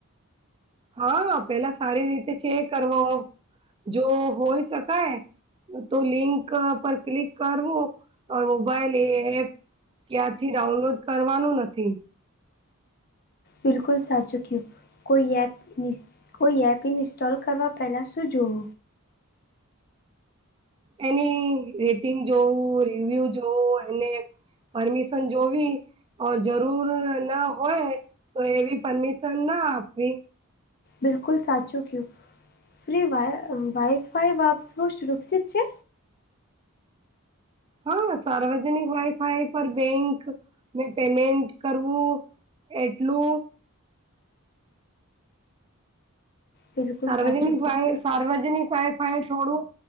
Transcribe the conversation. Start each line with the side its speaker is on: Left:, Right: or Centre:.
Right: હા પેલા સારી રીતે ચેક કરવો જો હોય શકાય તો લિંક પર ક્લિક કરવું મોબાઈલ એ એપ ક્યાંથી ડાઉનલોડ કરવાનું નથી
Left: બિલકુલ સાચું કહ્યું કોઈ એપ કોઈ એપ ઇન્સ્ટોલ કરવા પહેલાં શું જુઓ
Right: એની રેટિંગ જોવું રિવ્યુ જોવું એને પરમિશન જોવી ઓર જરૂર ના હોય તો એવી પરમિશન ના આપવી
Left: બિલકુલ સાચું કીધુ ફ્રી વા વાઇ ફાઈ વાપરુ સુરક્ષિત છે
Right: હા સાર્વજનિક વાઈફાઈ પર બેંક મે પેમેન્ટ કરવું એટલું
Left: બિલકુલ
Right: સાર્વજનિક
Left: સાચું કયું
Right: વાય સાર્વજનિક વાયફાય એ થોડું